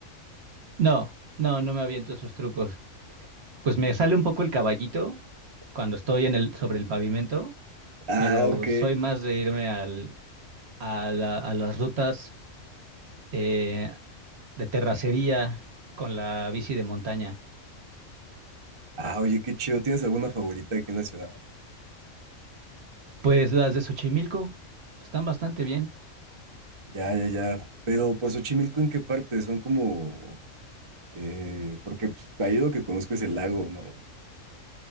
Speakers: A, on the right; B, on the right.
A: No, no, no me aviento esos trucos. Pues me sale un poco el caballito cuando estoy en el, sobre el pavimento,
B: Ah,
A: pero
B: ok.
A: soy más de irme al, a la- a las rutas eh, de terracería con la bici de montaña.
B: Ah, oye, qué chido. ¿Tienes alguna favorita aquí en la ciudad?
A: Pues las de Xochimilco están bastante bien.
B: Ya, ya, ya. Pero por Xochimilco, ¿en qué parte? Son como... eh, porque pues, ahí lo que conozco es el lago, ¿no?